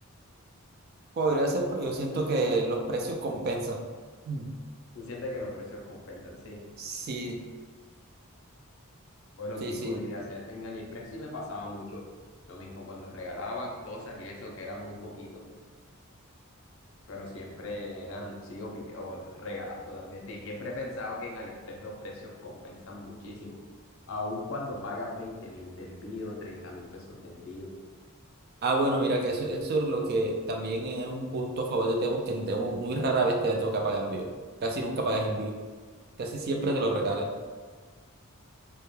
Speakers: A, on the right; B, on the left.
A: Podría ser, pero yo siento que los precios compensan. Mm.
B: Tú sientes que los precios compensan, sí.
A: Sí,
B: Bueno,
A: sí,
B: sí,
A: sí.
B: podría ser. En AliExpress sí me pasaba mucho lo mismo cuando regalaban cosas y eso que era muy poquito, pero siempre eran, sí, ofi- o regaladas totalmente. Y siempre he pensado que en AliExpress los precios compensan muchísimo. Aun cuando pagas veinte mil de envío, treinta mil pesos de envío,
A: Ah, bueno, mira que eso, eso es lo que también es un punto a favor de Temo, que en Temo muy rara vez te da toca pagar envío. Casi nunca pagas envío. Casi siempre te lo regalan.